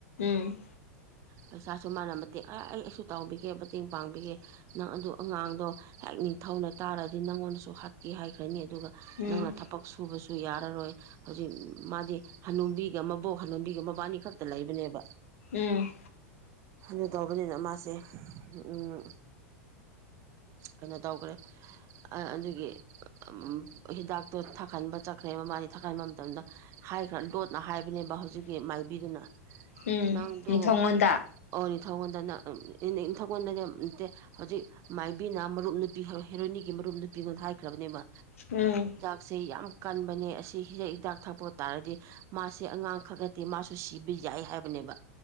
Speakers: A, on the left; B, on the right.
A: ꯎꯝ
B: ꯄꯩꯁꯥꯁꯨ ꯃꯥꯅ ꯃꯇꯦꯛ ꯑ ꯑꯩ ꯑꯩꯁꯨ ꯇꯥꯎꯕꯤꯒꯦ ꯃꯇꯦꯡ ꯄꯥꯡꯕꯤꯒꯦ ꯅꯪ ꯑꯗꯨ ꯑꯉꯥꯡꯗꯣ ꯍꯥꯛ ꯅꯤꯡꯊꯧꯅ ꯇꯥꯔꯗꯤ ꯅꯪꯉꯣꯟꯗꯁꯨ ꯍꯥꯠꯀꯦ ꯍꯥꯏꯈ꯭ꯔꯅꯤ ꯑꯗꯨꯒ
A: ꯎꯝ
B: ꯅꯪꯅ ꯊꯕꯛ ꯁꯨꯕꯁꯨ ꯁꯨ ꯌꯥꯔꯔꯣꯏ ꯍꯧꯖꯤꯛ ꯃꯥꯗꯤ ꯍꯅꯨꯕꯤꯒ ꯃꯕꯣꯛ ꯍꯅꯨꯕꯤꯒ ꯃꯕꯥꯅꯤ ꯈꯛꯇ ꯂꯩꯕꯅꯦꯕ
A: ꯎꯝ
B: ꯍꯅꯨ ꯇꯧꯕꯅꯤꯅ ꯃꯥꯁꯦ ꯎꯝ ꯀꯩꯅꯣ ꯇꯧꯈ꯭ꯔꯦ ꯑ ꯑꯗꯨꯒꯤ ꯎꯝ ꯍꯤꯗꯥꯛꯇꯣ ꯊꯛꯍꯟꯕ ꯆꯠꯈ꯭ꯔꯦꯕ ꯃꯥꯅꯤ ꯊꯛꯍꯟꯕ ꯃꯇꯝꯗ ꯍꯥꯏꯈ꯭ꯔ ꯂꯣꯠꯅ ꯍꯥꯏꯕ ꯅꯦꯕ ꯍꯧꯖꯤꯛꯀꯤ ꯃꯥꯏꯕꯤꯗꯨꯅ
A: ꯎꯝ
B: ꯅꯪꯗꯨ
A: ꯅꯤꯡꯊꯧꯉꯣꯟꯗ
B: ꯑꯣ ꯅꯤꯡ ꯊꯉꯣꯟꯗ ꯏꯟ ꯏꯟꯊꯧꯀꯣꯟꯗꯅꯦ ꯅꯠꯇꯦ ꯍꯧꯖꯤꯛ ꯃꯥꯏꯕꯤꯅ ꯃꯔꯨꯞ ꯅꯨꯄꯤ ꯍꯣ ꯍꯦꯔꯣꯏꯅꯤꯒꯤ ꯃꯔꯨꯞ ꯍꯥꯏ ꯅꯨꯄꯤꯒꯣꯟꯗ ꯍꯥꯏ ꯈ꯭ꯔꯕꯅꯦꯕ
A: ꯎꯝ
B: ꯁꯦ ꯌꯥꯝ ꯀꯟꯕꯅꯦ ꯑꯁꯤ ꯍꯤꯗꯥ ꯍꯤꯗꯥꯛ ꯊꯛꯄ ꯇꯥꯔꯗꯤ ꯃꯥꯁꯦ ꯑꯉꯥꯡꯈꯛ ꯅꯠꯇꯦ ꯃꯥꯁꯨ ꯁꯤꯕ ꯌꯥꯏ ꯌꯥꯏ ꯍꯥꯏꯕꯅꯦꯕ